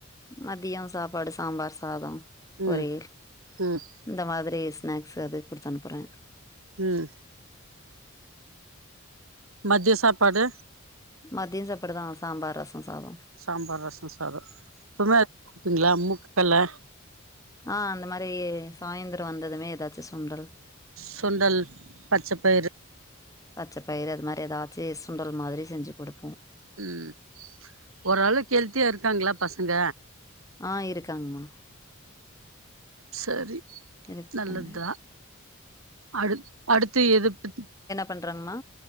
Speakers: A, on the left (about 15°); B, on the right (about 85°).
A: மதியோ சாப்பாடு சாம்பார் சாதோ பொரியல்
B: ம் ம்
A: இந்த மாதிரி ஸ்நாக்ஸ் அது குடுத் அன்ப்புறே
B: ம் மத்திய சாப்பாடு
A: மதிய சாப்பாடு தா சாம்பார் ரச சாத
B: சாம்பார் ரச சாத எப்பமே வப்பீங்ளா மூக்கல்ல
A: ஆ அந்த மாரி சாயந்தர வந்ததுமே எதாச்சு சுண்டல்
B: சுண்டல் பச்சப்பயிறு
A: பச்சபயறு அது மாரி எதாச்சு சுண்டல் மாதிரி செஞ்சு குடுப்போ
B: ம் ஓரளவுக்கெல்த்தியா இருக்காங்ளா பசங்க
A: ஆ இருக்காங்மா
B: சரி
A: இருக்காங்க.
B: நல்லதுதா அடு அடுத்து எதபத்தி
A: பண்றங்மா